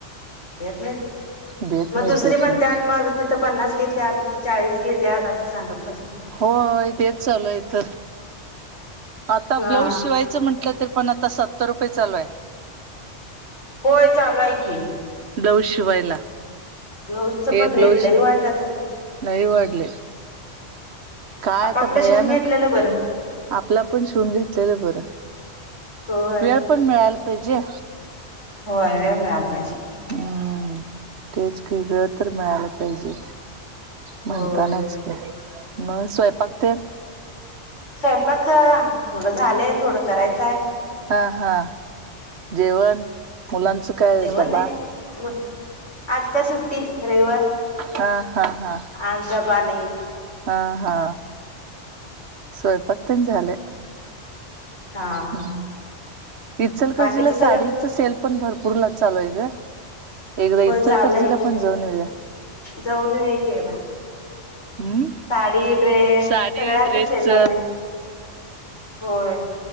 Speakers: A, on the left (about 85°); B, on the right (about 65°).
A: देत नाहीत
B: देत
A: म
B: नाहीत
A: दुसरी
B: देत
A: म्हणत्यात
B: नाहीत
A: मग तिथं पन्नास घेत्यात, तिथ चाळीस घेत्यात, अस सांगत अस
B: हो तेच चालूय इथं आता
A: हा
B: ब्लाऊज शिवायचं म्हण टलं तर पण आता सत्तर रुपये चालू आहे.
A: होय चालू आहे की.
B: ब्लॉऊज शिवायला
A: ब्लाऊजच
B: हे
A: पण रेट
B: ब्लॉउश
A: लई वाढल्यात आता
B: लयी वाढले. काय
A: आपापलं
B: आता भयानक
A: शिवून घेतलेलं बरं
B: आपल पण शिवून घेतलेलं बर.
A: होय
B: वेळ पण मिळायला पाहिजे.
A: होय वेळ मिळाला पाहिजे की
B: हूं तेच काही वेळ तर मिळाला पाहिजे. म्हणतानाच
A: होय
B: का मग स्वयंपाक ते?
A: स्वयंपाक करा थोडं झालंय थोडं करायचाय.
B: हा हा जेवण मुलांचं काय
A: जेवण
B: डबा?
A: नाही मग आज काय सुट्टी रविवार.
B: हा हा हा!
A: आज डबा नही.
B: हा हा स्वयंपाक तेन झालंय.
A: हा
B: हूं इचलकजीला
A: बाकीच सगळं
B: साडी च सेल पण भरपूर ला चालू आहे ग, एकदा
A: होय
B: इचलकरर्जीला
A: चालूय की
B: पण जाऊन येऊया.
A: जाऊन येऊ की एकदा.
B: हम्म
A: साडी ड्रेस
B: साडी
A: सगळ्यांच
B: ड्रेसच
A: सेल लागलाय होय.